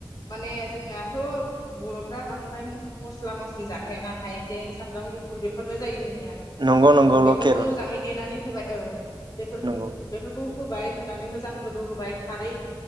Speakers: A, on the left; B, on the right.
A: माने जोंनाथ' बर'फ्रा बांद्राय मस्ला मस्लि जाखायाना हाइजें सामब्राम गु फुर बेफोरनो जायो जों निया
B: नंगौ नंगौ
A: उम बेफोरखौ
B: लकेल
A: मोजाङै नानै होबाय औ बेफोर
B: नंगौ
A: बेफोरखौ होबाय होनानै मोजां गोदौ होबाय खारै